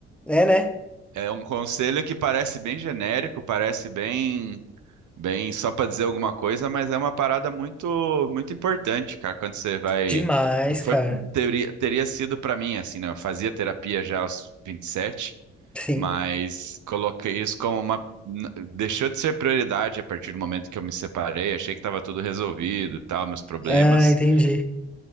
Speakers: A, in the centre; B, on the right.
A: É, né?
B: É um conselho que parece bem genérico, parece bem. Bem, só para dizer alguma coisa, mas é uma parada muito muito importante, cara, quando você vai
A: Demais,
B: foi
A: cara.
B: teria, teria sido para mim assim, né? Eu fazia terapia já aos 27,
A: Sim.
B: mas coloquei isso como uma n- deixou de ser prioridade a partir do momento que eu me separei, achei que estava tudo resolvido, tal, meus problemas.
A: Ah, entendi.